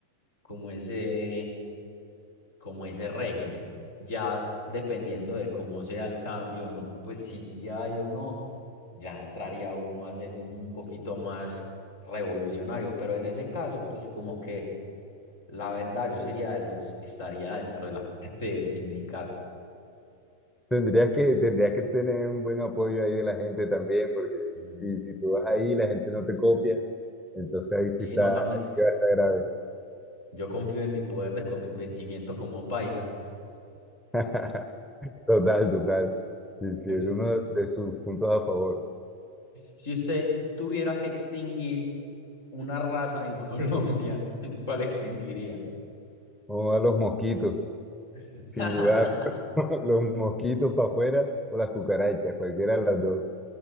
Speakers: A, on the left (about 65°); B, in the centre.
A: como ese como ese régimen. Ya dependiendo de cómo sea el cambio, ¿no? pues si sí hay o no, ya entraría uno a ser un, un poquito más revolucionario. Pero en ese caso, pues como que la verdad yo sería de los que estaría dentro de la <laughs> parte del sindicato.
B: Tendrías que, tendrías que tener un buen apoyo ahí de la gente también, porque
A: Mm,
B: si, si tú vas ahí, la gente no te copia. Entonces ahí sí
A: Sí,
B: está,
A: no, también
B: ahí sí va a estar grave.
A: yo confío en mi poder de convencimiento como paisa.
B: <laughs> Total, total. Sí, sí,
A: <laughs>
B: es uno de sus puntos a favor.
A: Si usted tuviera que extinguir una raza en Colombia, <laughs> ¿cuál extinguiría?
B: Vamos a los mosquitos,
A: <laughs>
B: sin dudar. <laughs> Los mosquitos para afuera o las cucarachas, cualquiera de las dos.